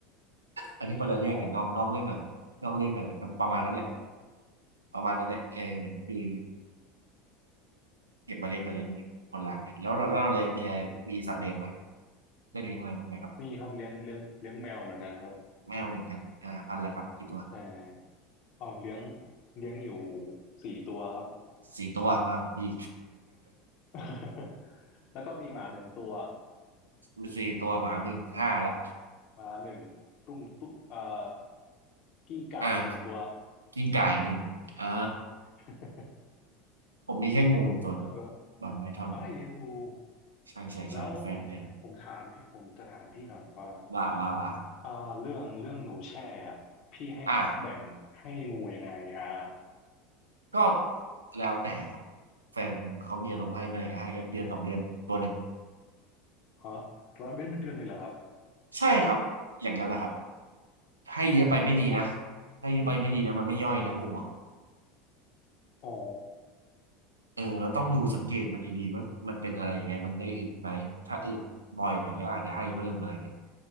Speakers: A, on the right (about 85°); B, on the left (about 50°).
A: อันนี้คนละเรื่องกันนอกนอกเรื่องหน่อยนอกเรื่องหน่อยแต่ก็ประมาณนั้นแหละ
B: อ๋ออ๋ออ๋อครับ
A: ประมาณนั้นแหละเออคือเก็บมาเล่นกับเล่นอย่างเงี้ยคนละกันแล้วเราแล้วเราเลยมีอะไรมีสัตว์เลี้ยงไหม
B: อืม
A: ได้เลี้ยงอะไรบ้างไหมครับ
B: มีครับเลี้ยงเลี้ยงเลี้ยงแมวเหมือนกันครับ
A: แมวเหมือนกันอ่าพันธุ์อะไรครับกี่ตัว
B: ใช่ อ๋อเลี้ยงเลี้ยงอยู่สี่ตัวครับ
A: สี่ตัวมากกว่าพี่
B: <laughs> แล้วก็มีหมาหนึ่งตัว
A: มีสี่ตัวหมาหนึ่งห้าละ
B: หมาหนึ่งตุ้งตุ๊กเอ่อกิ้งก่าอีกหนึ่งตัว
A: อ่ากิ้งก่าอีกหนึ่งอ่า
B: <laughs>
A: ผมมีแค่งูอีกตัวหนึ่ง
B: เออก็
A: บอลไพทอน
B: เอ้ยเลี้ยงงู
A: ใช่ใช่ใช่แฟนเลี้ยง
B: แล้วผมผมถามพี่ผมจะถามพี่หน่อยว่า
A: ว่าว่าว่า
B: อ่าเรื่องเรื่องหนูแช่อะพี่ให้แบ่งให้งูยังไงอ่า
A: อ่า ก็แล้วแต่ครับแฟนเขามีอารมณ์ให้เมื่อไหร่ก็ให้ก็เดือนสองเดือนตัวหนึ่ง
B: ฮะร้อยเว้นเป็นเดือนเลยเหรอครับ
A: ใช่ครับอย่างนั้นแหละครับให้เยอะไปไม่ดีนะ
B: อ๋อเพราะ
A: ให้เยอะไปไม่ดีนะมันไม่ย่อยนะงูอะ
B: อ๋อ
A: เออเราต้องดูสังเกตมันดีๆว่ามันเป็นอะไรยังไงมันได้อึไหมถ้าอึบ่อยหน่อยก็อาจจะให้เพิ่มอะไรเงี้ย